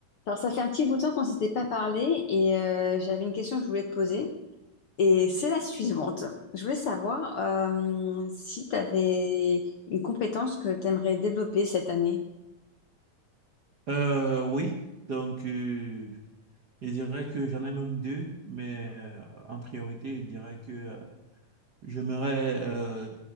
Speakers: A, on the left; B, on the right.
A: Alors, ça fait un petit bout de temps qu'on s'était pas parlé et euh, j'avais une question que je voulais te poser. Et c'est la suivante. Je voulais savoir euh, si tu avais une compétence que tu aimerais développer cette année.
B: Euh, oui, donc euh, je dirais que j'en ai même deux, mais euh, en priorité, je dirais que euh, j'aimerais euh,